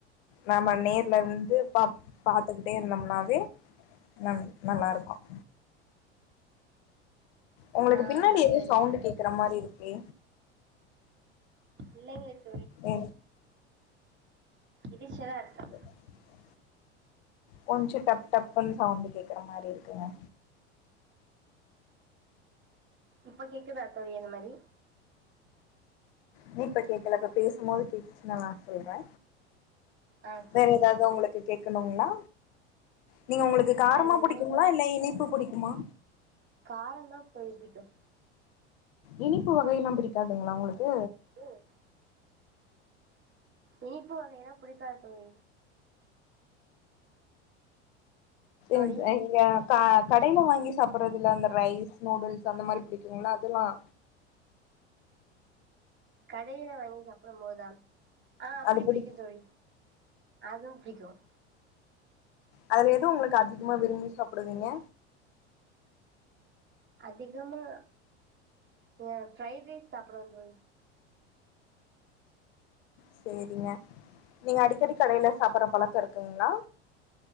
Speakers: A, on the left; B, on the right.
A: நாம நேர்ல இருந்து பா பாத்துக்கிட்டே இருந்தோம்னாவே நம் நல்லாயிருக்கும் உங்களுக்கு
B: ஆ
A: பின்னாடி எதோ
B: சரிங்க
A: சவுண்டு
B: தோழி
A: கேக்கற மாரி இருக்கு
B: இல்ல எங்களுக்கு
A: ஏ
B: இரச்சலா இருக்கா
A: <inaudible> கொஞ்சம் டப் டப்ன்னு சவுண்டு கேக்கற மாரி இருக்குங்க
B: இப்ப கேக்குதா தோழி அந்த மாரி
A: நீ இப்ப கேக்கல இப்ப பேசமோது கேட்டுச்சினா வேனா சொல்றே
B: ஆ சரிங்க
A: வேற எதாவது
B: தோழி
A: உங்களுக்கு கேக்கணுங்களா நீங்க உங்களுக்கு காரமா
B: வேற எதுவு
A: புடிக்குங்களா இல் ல இனிப்பு புடிக்குமா
B: காரந்தா தோழிப் பிடிக்கும்
A: இனிப்பு வகையெல்லாம் பிடிக்காதுங்களா உங்களுக்கு
B: ம் இனிப்பு வகையிலா புடிக்காது தோழி தோழி
A: ன்த் ஐங்கா க கடையில வாங்கி சாப்பறதுல்ல அந்த ரைஸ் நூடல்ஸ் அந்த மாரி பிடிக்குங்களா அதெல்லாம்
B: கடையில வாங்கி சாப்படுமோதா ஆ அப்டி
A: அது பிடி
B: புடிக்கும் தோழி அதும் பிடிக்கும்
A: அதுல எது உங்களுக்கு அதிகமா
B: ம்
A: விரும்பி சாப்டுவிங்க
B: அதிகமா ஏ ப்ரைட் ரைஸ் சாப்புடுவன் தோழி
A: செரிங்க நீங்க அடிக்கடி கடையில சாப்பற பழக்கம் இருக்குங்களா